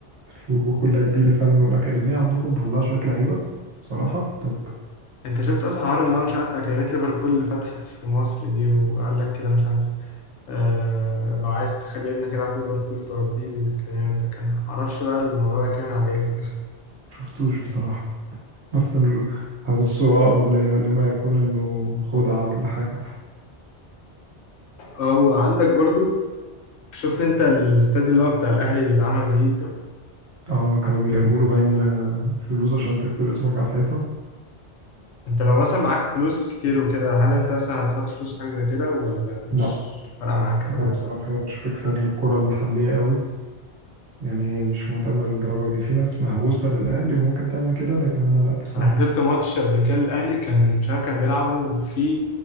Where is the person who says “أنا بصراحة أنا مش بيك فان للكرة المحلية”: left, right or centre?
Right